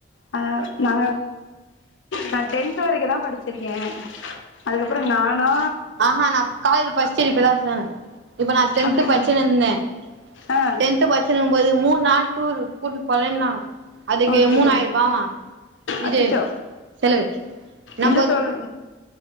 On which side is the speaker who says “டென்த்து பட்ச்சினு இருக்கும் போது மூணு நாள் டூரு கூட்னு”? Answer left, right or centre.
Right